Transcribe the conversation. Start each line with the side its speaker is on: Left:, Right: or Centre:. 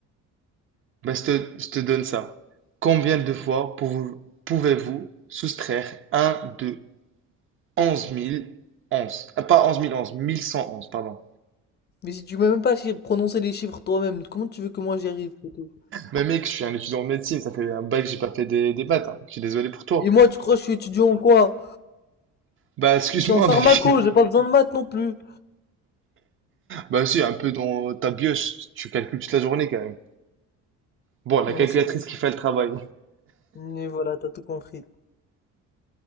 Right: bah, je te, je te donne ça. Combien de fois pouvez- pouvez-vous soustraire un de 11 000 11? Ah, pas 11 000 11, 1111, pardon.
Left: Mais si tu m'as même pas chi- prononcé les chiffres toi-même, comment tu veux que moi j'y arrive, poteau
Right: Bah, mec, je suis un étudiant en médecine, ça fait un bail que j'ai pas fait des, des maths. hein. Je suis désolé pour toi.
Left: Et moi, tu crois que je suis étudiant en quoi?
Right: Bah, excuse-moi,
Left: Je suis en pharmaco,
Right: mec.
Left: j'ai pas
Right: <laughs>
Left: besoin de maths non plus.
Right: Bah, si, un peu dans ta bioche, tu calcules toute la journée quand même. Bon, la
Left: Ouais,
Right: calculatrice
Left: c'est vrai.
Right: qui fait le travail.
Left: Mais voilà, t'as tout compris.